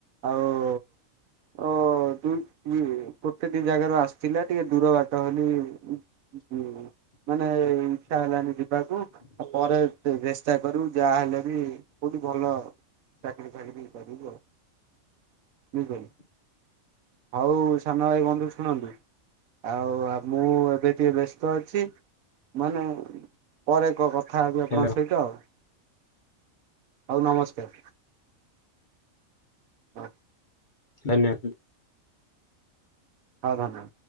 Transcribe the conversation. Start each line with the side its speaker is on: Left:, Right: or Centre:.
Right: ଆଉ ଓ ଦୁଇ ଗୋଟେ ଦି ଜାଗାରୁ ଆସିଥିଲା ଟିକେ ଦୂର ବାଟ ବୋଲି ହୁଁ ମାନେ ଇଚ୍ଛା ହେଲାନି ଯିବାକୁ ଆଉ ପରେ ଚେଷ୍ଟା କରୁ ଯାହା ହେଲେ ବି କୋଉଠି ଭଲ ଚାକିରି ଫାକିରି କରିବୁ ଆଉ। ହୁଁ ହୁଁ ଆଉ ସାନ ଭାଇ ବନ୍ଧୁ ଶୁଣନ୍ତୁ। ଆଉ ମୁଁ ଏବେ ଟିକେ ବ୍ୟସ୍ତ ଅଛି ମାନେ ପରେ କ କଥା ହେବି
Left: ହ୍ୟାଲୋ
Right: ଆପଣଙ୍କ ସହିତ ଆଉ। ହଉ ନମସ୍କାର। ହଁ।
Left: ଧନ୍ୟ <unintelligible>
Right: ହୋଉ <unintelligible>